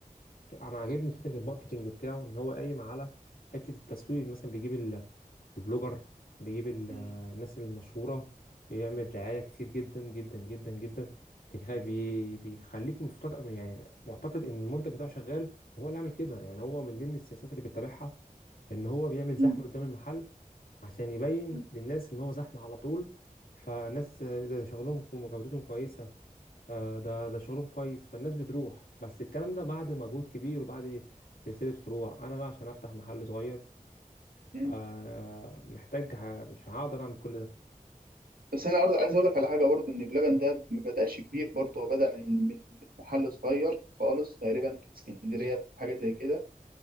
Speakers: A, on the left; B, on the right.
A: انا عاجبني فكره الماركتينج بتاعه ان هو قايم على حته التسويق مثلا بيجيب ال- البلوجر بيجيب ال-
B: مم.
A: الناس المشهوره يعمل دعايه كتير جدا جدا جدا جدا بيخ- بي- بيخليك مفتقد يعني معتقد ان المنتج بتاعه شغال وهو اللي عامل كده يعني هو من ضمن السياسات اللي بيتبعها ان هو بيعمل زحمه
B: مم.
A: قدام المحل عشان يبين
B: مم.
A: للناس ان هو زحمه على طول فناس ده شغلهم وجودتهم كويسه آه، ده ده شغلهم كويس فالناس بتروح بس الكلام ده بعد مجهود كبير وبعد سلسلة فروع انا بقى عشان افتح محل صغير
B: مم.
A: آه، محتاج ه- مش هقدر اعمل كل ده
B: بس انا برضه عايز اقول لك على حاجه برضه ان بلبن ده ما بداش كبير برضه هو بدا من من من محل صغير خالص تقريبا في اسكندريه حاجه زي كده